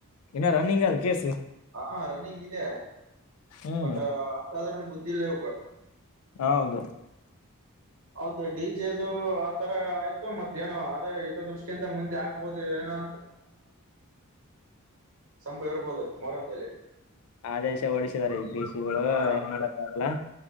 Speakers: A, on the left; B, on the right.
A: ಇನ್ನ ರನ್ನಿಂಗ ಅದ ಕೇಸು.
B: ಹಾ ರನ್ನಿಂಗ್ ಇದೆ
A: ಹ್ಮ್
B: ಬಟ್ ಅಷ್ಟಾದ್ರ ಬುದ್ದಿ ಇಲ್ಲ ಯುವಾಗ.
A: ಹೌದು.
B: ಹೌದು ಡಿ ಜೆ ದು ಆತರ ಆಯ್ತು ಮತ್ತ ಏನೋ ಅದ ಇದ ದೃಷ್ಟಿಯಿಂದ ಮುಂದೆ ಆಗ್ಬೋದು ಏನೋ. ಸಂಭ ಇರ್ಬೋದು ಮೋರಾಮದಲ್ಲಿ.
A: ಆ ದೇಶ ಹೊಡಿಸಿದಿದ್ದಾರೆ <unintelligible> ಗಳು
B: ಹಾ
A: ಏನ್ ಮಾಡಕ್ಕ ಆಗಲ್ಲ